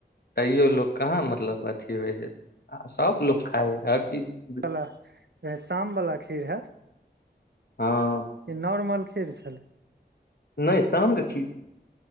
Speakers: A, on the left; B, on the right.
A: तैयो लोक कहाँ मतलब अथी होइ जे आ सभ लोग खाय हर चीज
B: लाऽ शाम बाला खीर हैत
A: हँ
B: कि नॉर्मल खीर छलै
A: नहि शाम क खीर